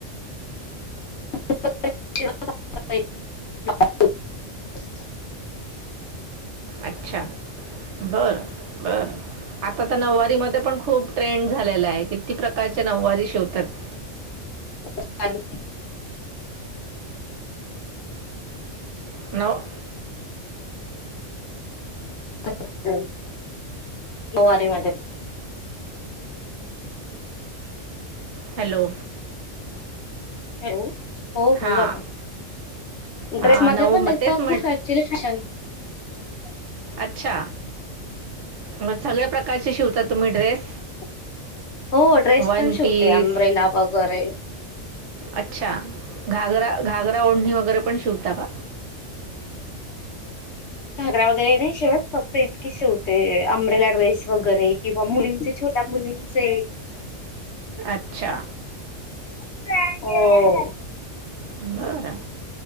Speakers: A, on the left; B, on the right.
A: <unintelligible> <unintelligible>
B: अच्छा. बरं. बरं. आता तर नऊवारी मध्ये पण खूप ट्रेंड झालेला आहे. किती प्रकारचे नऊवारी शिवतात! <inaudible>
A: <unintelligible> चालेल
B: नव
A: <unintelligible> नऊवारी मध्ये
B: हॅलो?
A: हॅलो हो, बोला.
B: हां,
A: का
B: हां,
A: ड्रेस मध्ये
B: नऊ
A: पण
B: मग
A: येत
B: तेच म्हण
A: खूप ऍक्चुली फॅशन <unintelligible>
B: अच्छा, मग सगळ्या प्रकारचे शिवता तुम्ही ड्रेस?
A: हो, हो. ड्रेस
B: वन
A: पण शिवते,
B: पीस
A: आंब्रेला वगैरे.
B: अच्छा, घागरा घागरा ओढणी वगैरे. पण शिवता का?
A: घागरा वगैरे नाही शिवत. फक्त इतकेच शिवते, अंबरेला ड्रेस वगैरे किंवा मुलींचे हो. त्या मुलींचे
B: अच्छा.
A: हो.
B: बरं,